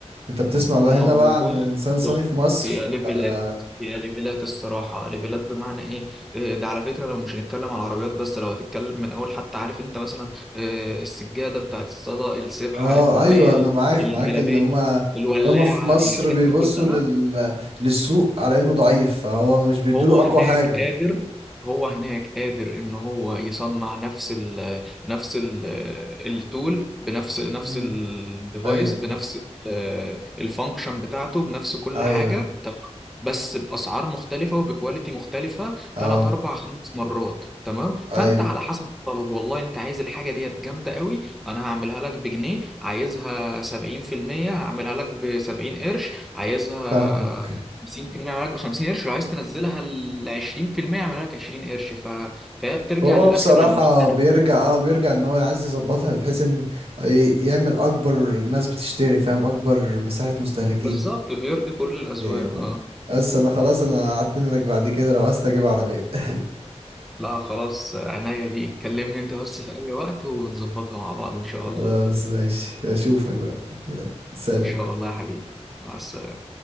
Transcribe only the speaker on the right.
انت بتسمع بقى
هنا
بقى
عن النيسان
صاني في مصر
آه.
اه
ايوه انا معاك
معاك ان هما
هما في مصر
بيبصوا
لل... للسوق على انه ضعيف فهو مش بيدوله
اقوى
حاجة
مم.
ايوه
ايوه
اه
ايوه
فاهمك
هو
بصراحة
بيرجع اه بيرجع ان هو عايز يظبطها بحيث ان ي- يعمل اكبر ناس بتشتري فاهم اكبر مساحة مستهلكين
إيه.
بس انا خلاص انا هعتمدك بعد كده لو عايز تجيب عربية <laughs>
خلاص
ماشي اشوفك بقى سلام